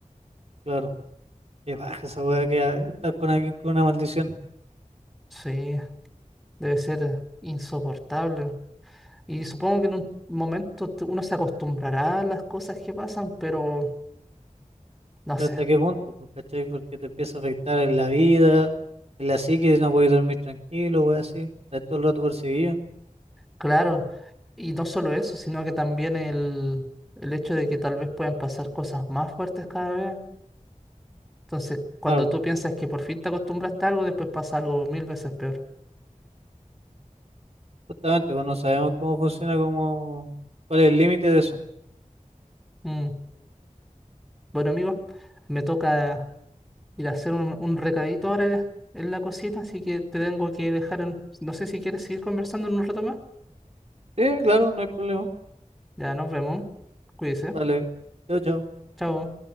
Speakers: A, on the right; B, in the centre.
A: Claro. Qué baja esa weá que a- estar con alguien con una maldición.
B: sí, debe ser insoportable. Y supongo que en un momento te- uno se acostumbrará a las cosas que pasan, pero no
A: Pero
B: sé,
A: hasta qué punto, pues, ¿cachai? Porque te empieza a afectar en la vida, en la psique, no puedes dormir tranquilo, weá así. Estás todo el rato perseguido.
B: claro. Y no solo eso, sino que también el, el hecho de que tal vez puedan pasar cosas más fuertes cada vez. Entonces, cuando
A: Claro,
B: tú piensas que por fin te acostumbraste a algo, después pasa algo mil veces peor.
A: justamente, pues no sabemos cómo funciona, cómo, cuál es el límite de eso.
B: Mm. Bueno, amigos, me toca ir a hacer un, un recadito ahora en en la cocina, así que te tengo que dejar. en- No sé si quieres seguir conversando en un rato más.
A: Sí, claro, no hay problema.
B: Ya nos vemos. Cuídese.
A: Dale, chao, chao.
B: Chao.